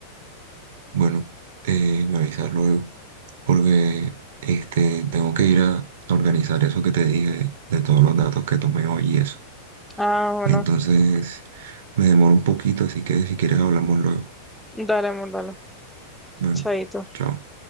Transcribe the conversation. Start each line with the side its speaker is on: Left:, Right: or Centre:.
Right: Bueno, eh, me avisas luego, porque este, tengo que ir a a organizar eso que te dije, de todos los datos que tomé hoy y eso.
Centre: Ah, bueno,
Right: Entonces, me demoro un poquito, así que si quieres hablamos luego.
Centre: dale, amor, dale.
Right: Bueno,
Centre: Chaito.
Right: chao.